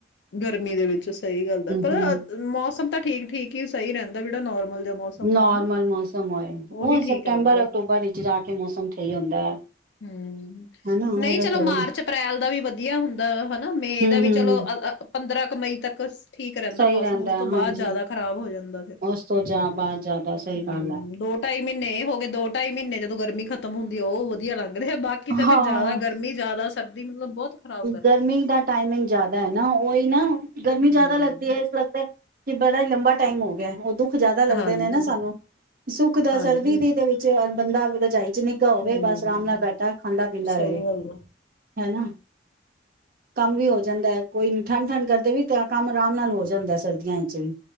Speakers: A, on the left (about 65°); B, on the right (about 50°).
A: ਗਰਮੀ ਦੇ ਵਿੱਚ ਸਹੀ ਗੱਲ ਐ ਪਰ
B: ਹੂੰ
A: ਮੌਸਮ ਤਾਂ ਠੀਕ ਠੀਕ ਹੀ ਸਹੀ ਰਹਿੰਦਾ <unintelligible> ਮੌਸਮ ਹੁੰਦਾ
B: ਨੋਰਮਲ
A: ਨਾ
B: ਮੌਸਮ ਹੋਏ ਉਹ
A: ਉਹੀ
B: ਸਤੰਬਰ
A: ਠੀਕ ਰਹਿੰਦਾ।
B: ਅਕਤੂਬਰ ਵਿੱਚ ਜਾ ਕੇ ਮੌਸਮ ਸਹੀ ਹੁੰਦਾ ਹੈ।
A: ਹਮ
B: ਹਨਾ ਉਹਦਾ
A: ਨਹੀਂ ਚਲੋ
B: ਸਹੀ
A: ਮਾਰਚ ਅਪ੍ਰੈਲ ਦਾ ਵੀ ਵਧੀਆ ਹੁੰਦਾ ਹਨਾ ਮੇ
B: ਹੂੰ
A: ਇਹ ਦਾ ਵੀ
B: ਹੂੰ
A: ਚਲੋ ਪੰਦਰਾਂ ਕ ਮਈ ਤੱਕ ਠੀਕ ਰਹਿੰਦਾ
B: ਸਹੀ
A: ਮੌਸਮ ਉਸ
B: ਹੈ
A: ਤੋਂ
B: ਹਾਂਜੀ
A: ਬਾਅਦ ਜਿਆਦਾ ਖ਼ਰਾਬ ਹੋ ਜਾਂਦਾ ਫਿਰ।
B: ਉਸ ਤੋਂ ਜਾ ਬਾਅਦ ਜ਼ਿਆਦਾ ਸਹੀ
A: ਹਮ
B: ਗੱਲ ਹੈ।
A: ਦੋ ਢਾਈ ਮ ਮੇ ਹੋਏ ਦੋ ਢਾਈ ਮਹੀਨੇ ਜਦੋਂ ਗਰਮੀ ਖਤਮ ਹੁੰਦੀ ਹੈ ਉਹ ਵਧੀਆ ਲੱਗਦੀ ਦੇ ਬਾਕੀ ਤਾਂ ਫੇਰ
B: ਹਾਂ
A: ਜ਼ਿਆਦਾ ਗਰਮੀ ਜ਼ਿਆਦਾ ਸਰਦੀ ਮਤਲਬ ਬਹੁਤ ਖ਼ਰਾਬ ਕਰਦੀ
B: ਗਰਮੀ
A: ਹੈ।
B: ਦਾ ਟਾਈਮਿੰਗ ਜਿਆਦਾ ਹੈ ਨਾ ਓਈ ਨਾ ਗਰਮੀ
A: ਹੂੰ
B: ਜਿਆਦਾ ਲੱਗਦੀ ਹੈ ਇਸ ਲਗ ਤੇ ਕਿ ਬੜਾ ਈ ਲੰਬਾ ਟਾਈਮ ਹੋ ਗਿਆ ਉਹ ਦੁੱਖ ਜ਼ਿਆਦਾ ਲੱਗਦੇ
A: ਹਾਂਜੀ
B: ਨੇ ਨਾ ਸਾਨੂੰ ਸੁੱਖ ਦਾ
A: ਹਾਂਜੀ
B: ਸਰਦੀ ਦੀ ਦੇ ਵਿੱਚ ਬੰਦਾ ਵੀ ਰਜਾਈ ਨਿੱਘਾ ਹੋਵੇ
A: ਹੂੰ
B: ਬਸ ਆਰਾਮ ਨਾਲ ਬੈਠਾ ਖਾਂਦਾ ਪੀਂਦਾ
A: ਸਹੀ
B: ਰਵੇ
A: ਗੱਲ
B: ਹੈ ਨਾ ਕੰਮ ਵੀ ਹੋ ਜਾਂਦਾ ਕੋਈ ਨਹੀਂ ਠੰਡ ਠੰਡ ਕਰਦੇ ਵੀ ਤਾਂ ਕੰਮ ਆਰਾਮ ਨਾਲ ਹੋ ਜਾਂਦਾ ਸਰਦੀਆਂ ਵਿੱਚ ਵੀ